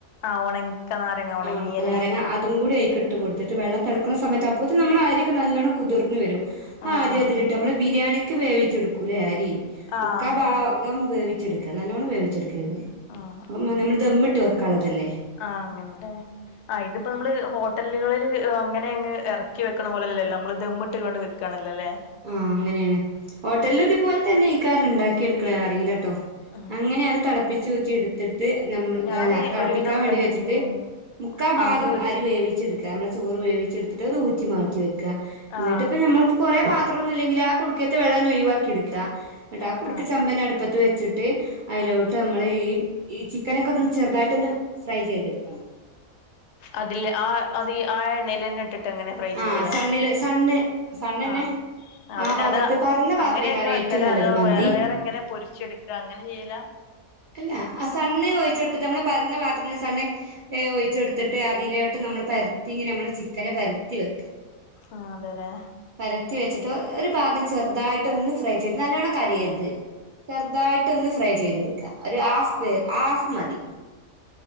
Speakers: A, on the left (about 65°); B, on the right (about 60°).
A: ആഹ് ഒണക്ക നാരങ്ങ ഒണങ്ങിയല്ലേ
B: ആഹ് ഒണക്ക നാരങ്ങ അതുംകൂടി അയ്ക്ക്ട്ട് കൊട് ത്തിട്ട് വെള്ളം തെളക്ക്‌ണ സമയത്ത് അപ്പോത്തിന് നമ്മളെ അരിഒക്കെ നല്ലോണംകുതിർന്ന് വെരും
A: ആഹ്
B: ആ അരി
A: ആഹ്
B: അതിലി ട്ട് അമ്മള് ബിരിയാണിക്ക് വേവിച്ചെട്ക്കൂലേ അരി
A: ആഹ്
B: മുക്കാഭാഗം വേവിച്ചെട്ക്ക്‌ ക്ക നല്ലോണം വേവിച്ചെട്ക്കെര്ത്
A: ആഹ്
B: അപ്പം മ്മ ഞമ്മള് ദമ്മ്ട്ട് വെക്കാള്ളതല്ലേ
A: ആഹ് അങ്ങൻടെ ആഹ് ഇതിപ്പ നമ്മള് ഹോ ട്ടല്കളില് അങ്ങനെ അങ്ങ് എറക്കിവെക്ക്ണപോലെ അല്ലല്ലോ അമ്മള് ദമ്മ്ട്ട്കാണ്ട് വെക്കാണല്ലോലേ
B: ആഹ് അങ്ങനേണ് ഹോട്ടൽല് ഇത്പോലെതന്നെയ്ക്കാരം ഇണ്ടാക്കി എട്ക്ക്ണേ ‌ അറീലട്ടോ
A: ആ
B: അങ്ങനെ അത് തെളപ്പിച്ച് ഊറ്റി ഇട്ത്ത് ട്ട് ഞമ്മള്
A: ഞാന്
B: അല്ല തെളപ്പിക്കാൻ
A: ഒരുവിധം
B: വേണ്ടി
A: ഉം
B: വെച്ചിട്ട്
A: ഉം
B: മുക്കാഭാഗം
A: മന്തി വീട്ടിൽ
B: അരി വേവിച്ചെട് ക്ക അമ്മളെ ചോറ് വേവിച്ചെട്ത്തിട്ട് അത് ഊറ്റി മാറ്റി വെക്ക
A: ആഹ്
B: ന്നട്ട്പ്പ ഞമ്മക്ക്‌ കൊറേ പാ ത്രൊന്നുല്ലെങ്കില് ആ കുട്ക്കേത്തെ വെള്ളങ്ങ് ഒഴിവാക്കി എട്ക്ക ന്ന്ട്ടാ
A: ആഹ്
B: ആ കുട്ക്ക
A: ആഹ്
B: ചെമ്പന്നെ അട്പ്പത്ത് വെച്ച്ട്ട് അയ്ലോട്ട്
A: ആഹ്
B: അമ്മള് ഈ ഈ ചിക്കനൊക്കൊന്ന് ചെർതായിട്ടൊന്ന് ഫ്രൈ ചെയ്തെട്ക്കണം.
A: അതില് ആ അത് ഈ ആ എണ്ണേയ്ലെന്നെ ഇട്ടിട്ട് അങ്ങനെ ഫ്രൈ
B: ആഹ്
A: ചെയ്യലേ
B: സണ്ണില് സണ്ണ് സണ്ണെന്നെ
A: ആഹ്. ആഹ് അത്
B: ആ
A: പിന്നെ
B: പാത്രത്ത്
A: അതാ
B: പരന്ന പാത്രേക്കാരം
A: അങ്ങനെ അങ്ങ് വെക്കലാ
B: ഏറ്റവും നല്ലത്
A: അതോ
B: മന്തി
A: വേറെ വേറെ ഇങ്ങനെ പൊരിച്ചെട്ക്ക അങ്ങനെ ചെയ്യലാ
B: അല്ല ആ സണ്ണ് ഒഴിച്ചൊട്ത്തിട്ട് നമ്മള് പരന്ന പാത്രത്രില് സണ്ണ് ഏഹ് അഹ് ഒഴിച്ചൊട്ത്തിട്ട് അതിലോട്ട് നമ്മള് പരത്തി ഇങ്ങനെ നമ്മളെ ചിക്കനെ പരത്തി വെക്ക.
A: ആഹ് അതെല്ലേ
B: പരത്തി വെച്ച്ട്ട് ഒരു ഭാഗം ചെർതായിട്ട് ഒന്ന് ഫ്രൈ ചെയ്ത് നല്ലോണം കരിയരുത് ചെർതായിട്ടൊന്ന് ഫ്രൈ ചെയ്ത് ഇട്ക്ക ഒരു ഹാഫ് വേ ഹാഫ് മതി.